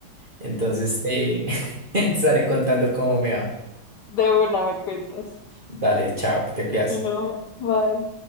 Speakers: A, on the right (about 30°); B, on the left (about 65°).
A: Entonces te, <laughs> te estaré contando cómo me va.
B: de una me cuentas.
A: Dale, chao, que te cuidas.
B: You know, bye.